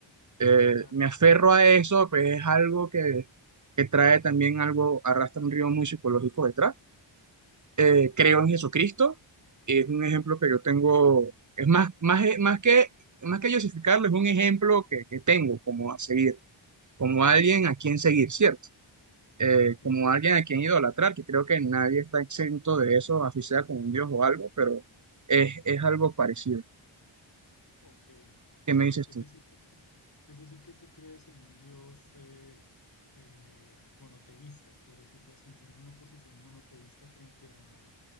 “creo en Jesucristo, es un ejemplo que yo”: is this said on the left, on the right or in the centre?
Right